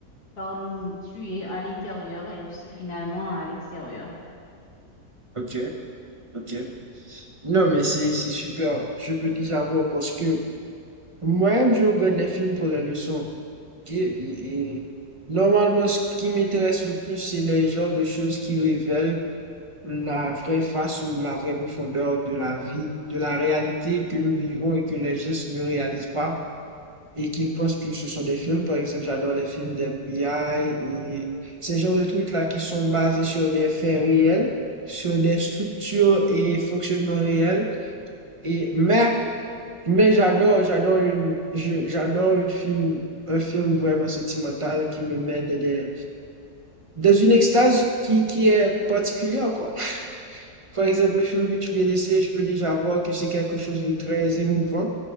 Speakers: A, on the left; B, on the right.
A: par nous tuer à l'intérieur et aussi finalement à l'extérieur.
B: Ok, ok. Non, mais c'est c'est super. Je peux déjà voir parce que moi-même, je regarde les films pour les leçons. ok? Et, et normalement, ce qui m'intéresse le plus, c'est les genres de choses qui révèlent. la vraie face ou la vraie profondeur de la vie, de la réalité que nous vivons et que les gestes ne réalisent pas et qu'ils pensent que ce sont des films. Par exemple, j'adore les films d'FBI et ces genres de trucs-là qui sont basés sur des faits réels, sur des structures et fonctionnements réels. Et, mais, mais j'adore, j'adore une, je- j'adore une film, un film vraiment sentimental qui me met dans des, dans une extase qui, qui est particulière, quoi. Par exemple, le film que tu viens d'essayer, je peux déjà voir que c'est quelque chose de très émouvant